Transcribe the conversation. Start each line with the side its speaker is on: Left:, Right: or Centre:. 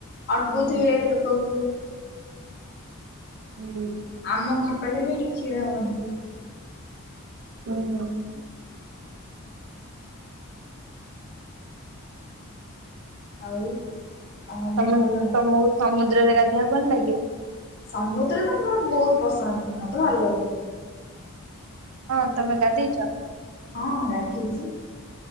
Left: ଅଟକଥିବେ
Right: ହୁଁ
Left: ଲୋକଙ୍କୁ।
Right: <unintelligible>
Left: ଆମ ଘର ପାଖରେ ବି ଏଠିକି ଛିଡା ହୁଅନ୍ତି।
Right: <inaudible>
Left: ଆଉ? ତମ ଦେହ
Right: ତ ତମକୁ
Left: ଭଲ ନା
Right: ସମୁଦ୍ରରେ ଗାଧୋଇବାକୁ ଭଲ ଲାଗେ।
Left: ସମୁଦ୍ର ତ ମୋର ବହୁତ ପସନ୍ଦ ମତେ ଭଲ ଲାଗେ।
Right: ହଁ, ତମେ ଗାଧେଇଛ?
Left: ହଁ ଗାଧେଇଛି।